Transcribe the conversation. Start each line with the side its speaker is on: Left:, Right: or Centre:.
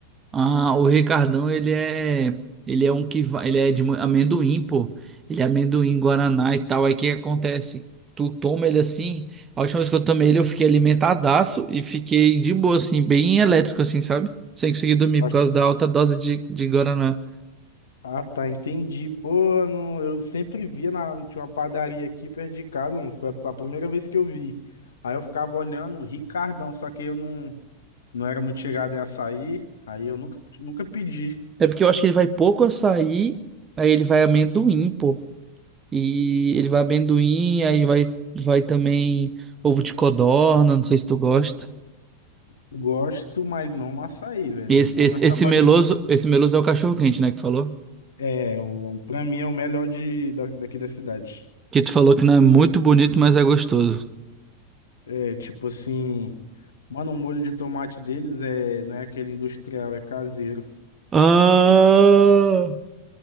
Right: Ah, o Ricardão, ele é, ele é um que vai, ele é de ma- amendoim, pô. Ele é amendoim, guaraná e tal. Aí o que acontece? Tu toma ele assim, a última vez que eu tomei ele, eu fiquei alimentadaço e fiquei de boa, assim, bem elétrico, assim, sabe? Sem conseguir dormir
Left: Mas-
Right: por causa da alta dose de, de guaraná.
Left: Ah, tá, entendi, pô, não, eu sempre via, na, tinha uma padaria aqui perto de casa, não foi a primeira vez que eu vi. Aí eu ficava olhando o Ricardão, só que eu não, não era muito chegado em açaí, aí eu nunca, nunca pedi.
Right: É porque eu acho que ele vai pouco açaí, aí ele vai amendoim, pô. E ele vai amendoim, aí vai, vai também ovo de codorna, não sei se tu gosta.
Left: Gosto, mas não no açaí, velho.
Right: E esse,
Left: Não
Right: esse,
Left: nessa
Right: esse
Left: batida.
Right: meloso, esse meloso é o cachorro quente, né, que tu falou?
Left: É, o, pra mim é o melhor de, da- daqui da cidade.
Right: Que tu falou que não é muito bonito, mas é gostoso.
Left: É, tipo assim, mano, o molho de tomate deles é, não é aquele industrial, é caseiro,
Right: Ah,